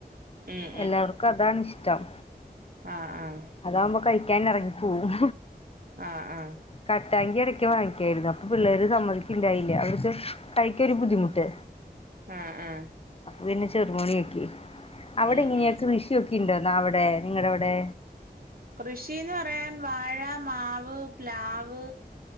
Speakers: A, on the right; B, on the left.
A: ഉം
B: എല്ലാവർക്കും അതാ ണിഷ്ടം.
A: ആഹ ആഹ
B: അതാകുമ്പോ കഴിക്കാൻ ഇറങ്ങിപ്പോവും
A: ആഹ ആഹ
B: കട്ടാങ്കി ഇടയ്ക്ക് വാങ്ങിക്കായിരുന്നു അപ്പം പിള്ളേർ സമ്മതിക്കുണ്ടായില്ല അടു കൈകി ഒരു ബുദ്ധിമുട്ട്
A: ആഹ ആഹ
B: അപ്പൊ പിന്നെ ചെറുമോണിയാക്കി അവിടെ
A: ഉം
B: ഇങ്ങനെയാ
A: ഉം
B: കൃഷിയൊക്കെ ഇണ്ടോന്ന അവിടെ നിങ്ങളുടെവിടെ
A: കൃഷിന്ന് പറയാൻ വാഴ മാവ് പ്ലാവ്